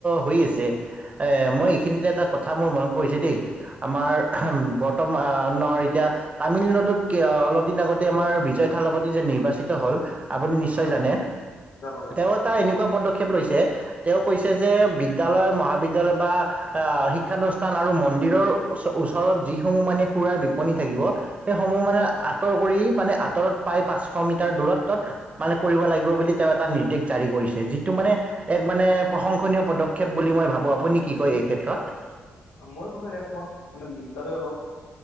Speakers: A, on the right; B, on the left.
A: হৈ আছে মই এইখিনিতে এটা। কথা মোৰ মনত পৰিছে দেই, আমাৰ বৰ্তমানৰ এতিয়া তামিলনাডুত ক। অলপ দিন আগতে আমাৰ বিজয় থালাপতি যে নিৰ্বাচিত হল। আপুনি নিশ্চয়
B: হয়
A: জানে
B: হয় জানো জানো
A: তেওঁ এটা এনেকুৱা পদক্ষ। লৈছে তেওঁ কৈছে যে বিদ্যালয় মহাবিদ্যালয় বা শিক্ষানুষ্ঠান আৰু ম। মন্দিৰৰ ওচৰত যিসমূহ মানে সুৰাৰ বিপণী থাকিব সেইসমূহ মানে আঁতৰ কৰি মানে। আঁতৰত প্ৰায় পাঁচশ মিটাৰ দূৰত তত মানে কৰিব লাগিব বুলি তেওঁ। এটা নিৰ্দেশ জাৰি কৰিছে যিটো মানে এক মানে প্ৰশংসনীয় পদক্ষেপ বুলি মই ভাবো আপুনি কি কয় এই ক্ষেত্ৰত। ত।
B: মই কথা একমত মানে বিদ্যালয় হওক।